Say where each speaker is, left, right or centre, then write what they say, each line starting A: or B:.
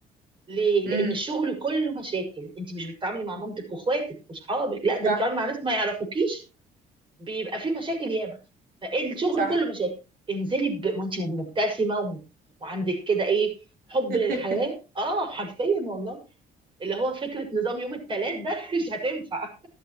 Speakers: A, on the right (about 30°); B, on the right (about 60°).
A: ليه؟
B: امم
A: لان الشغل كله مشاكل انت مش بتتعاملي مع مامتك واخواتك واصحابك لا ده
B: صح
A: انت بتتعاملي مع ناس ما يعرفوكيش بيبقى في مشاكل ياما فالشغل
B: صح
A: كله مشاكل انزلي ب... وانت مبتسمه و... وعندك كده ايه حب
B: <laughs>
A: للحياه اه حرفيا والله اللي هو فكره نظام يوم الثلاث ده <laughs> مش هتنفع